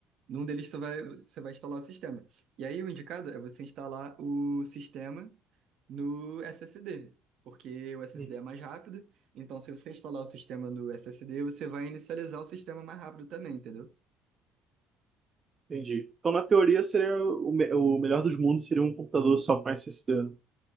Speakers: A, on the right; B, on the right.
A: Num deles, você vai, você vai instalar o sistema. E aí, o indicado é você instalar o sistema no SSD, porque o SSD
B: Uhum,
A: é mais rápido. Então, se você instalar o sistema no SSD, você vai inicializar o sistema mais rápido também, entendeu?
B: Entendi. Então, na teoria, seria o, me- o melhor dos mundos seria um computador só com SSD. né?